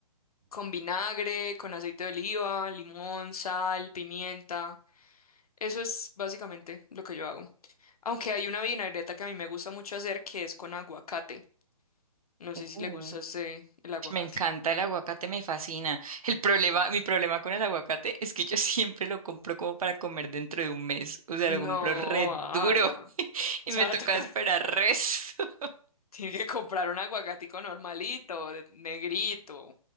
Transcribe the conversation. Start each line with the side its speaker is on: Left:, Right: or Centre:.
Left: con vinagre, con aceite de oliva, limón, sal, pimienta. Eso es básicamente lo que yo hago. Aunque hay una vinagreta que a mí me gusta mucho hacer que es con aguacate. No
Right: Mm.
Left: sé si le gusta ese el aguacate.
Right: Me encanta el aguacate, me fascina. El problema, mi problema con el aguacate es que yo <laughs> siempre lo compro como para comer dentro de un mes. O sea,
Left: No
Right: lo compro re duro
Left: haga.
Right: <laughs> y
Left: O sea,
Right: me
Left: <laughs>
Right: toca
Left: va a tocar-
Right: esperar
Left: <laughs>
Right: resto. <laughs>
Left: Tiene que comprar un aguacatico normalito, de- negrito.